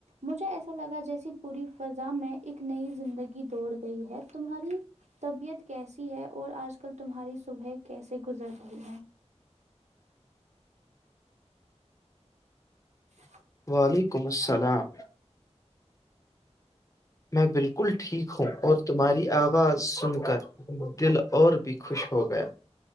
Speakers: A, on the right (about 75°); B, on the left (about 25°).
A: مجھے ایسا لگا جیسی پوری فضا میں ایک نئی زندگی دوڑ گئی ہے تمہاری طبیعت کیسی ہے اور آج کل تمہاری صبح کیس گزر رہی ہے ہ
B: وعلیکم السلام میں بالکل ٹھیک ہوں اور تمہاری آواز سن کر دل اور بھی خوش ہو گیا